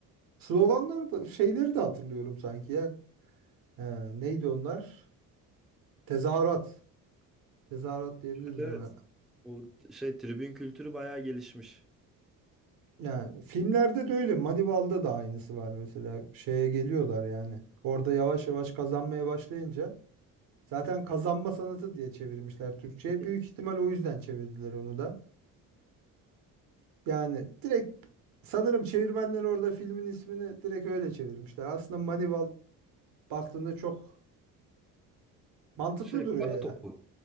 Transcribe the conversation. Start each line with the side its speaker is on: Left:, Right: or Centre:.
Right: Sloganları da şeyleri de hatırlıyorum sanki ya. Ee, neydi onlar? Tezahürat. Tezahürat diyebiliriz
Centre: Evet.
Right: ona.
Centre: Bu şey tribün kültürü bayağı gelişmiş.
Right: Yani filmlerde de öyle. Manival'da da aynısı var mesela. Şeye geliyorlar yani. Orada yavaş yavaş kazanmaya başlayınca zaten kazanma sanatı diye çevirmişler Türkçe'ye.
Centre: Hı.
Right: Büyük ihtimal o yüzden çevirdiler onu da. Yani direkt sanırım çevirmenler orada filmin ismini direkt öyle çevirmişler. Aslında Manival baktığında çok mantıklı
Centre: Şey
Right: duruyor
Centre: Para
Right: ya.
Centre: topu.